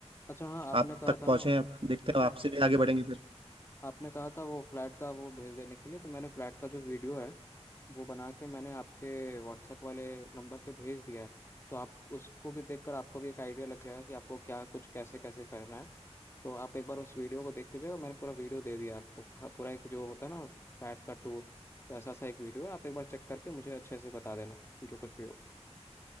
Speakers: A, on the left (about 20°); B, on the right (about 50°).
A: अच्छा हाँ आपने
B: आप
A: कहा
B: तक
A: था
B: पहुँचे
A: ना
B: हैं आप देखते हैं आपसे भी आगे बढ़ेंगे फिर
A: आपने कहा था वो फ्लैट का वो भेज देने के लिए तो मैंने फ्लैट का जो वीडियो है वो बना के मैंने आपके व्हाट्सएप वाले नंबर पे भेज दिया है तो आप उसको भी देखकर आपको भी एक आइडिया लग जाएगा कि आपको क्या कुछ कैसे कैसे करना है तो आप एक बार उस वीडियो को देख लीजिएगा मैंने पूरा वीडियो दे दिया आपको पूरा पूरा एक जो होता है ना फैट का टूर तो ऐसा सा एक वीडियो है आप एक बार चेक करके मुझे अच्छे से बता देना जो कुछ भी हो